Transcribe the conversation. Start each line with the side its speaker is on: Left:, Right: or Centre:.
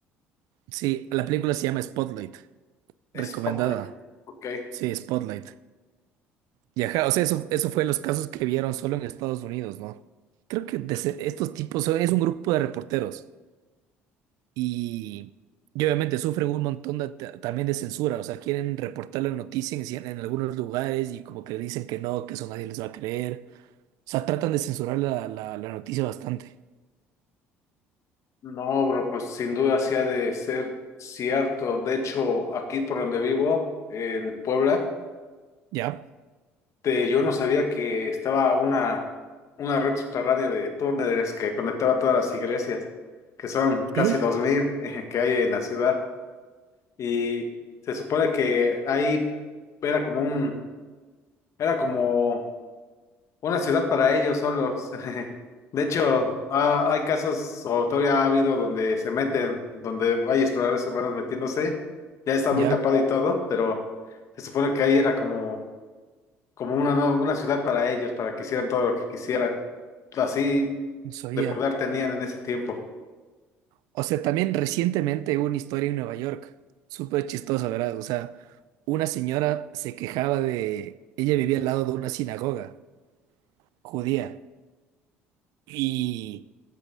Right: Sí, la película se llama Spotlight,
Left: Es
Right: recomendada.
Left: popular. Ok.
Right: Sí, Spotlight. Y ajá, o sea, eso, eso fue los casos que vieron solo en Estados Unidos, ¿no? Creo que de ese- estos tipos son, es un grupo de reporteros. Y, y obviamente sufren un montón de- ta- también de censura, o sea, quieren reportar la noticia en, cien- en algunos lugares y como que dicen que no, que eso nadie les va a creer. O sea, tratan de censurar la, la, la noticia bastante.
Left: No, bro, pues sin duda sí ha de ser cierto. De hecho, aquí por donde vivo, en Puebla,
Right: ¿Ya?
Left: este, yo no sabía que estaba una, una red subterránea de túneles que conectaba todas las iglesias, que son casi
Right: ¿Qué?
Left: 2000 <laughs> que hay en la ciudad. Y se supone que ahí era como un, era como Una ciudad para ellos solos. <laughs> De hecho, ah, hay casos, o todavía ha habido donde se meten, donde hay exploradores urbanos metiéndose, ya está
Right: Ya,
Left: muy tapado y todo, pero se supone que ahí era como, como una, nue- una ciudad para ellos, para que hicieran todo lo que quisieran. Así
Right: no sabía.
Left: de poder tenían en ese tiempo.
Right: O sea, también recientemente hubo una historia en Nueva York, súper chistosa, ¿verdad? O sea, una señora se quejaba de... Ella vivía al lado de una sinagoga judía y...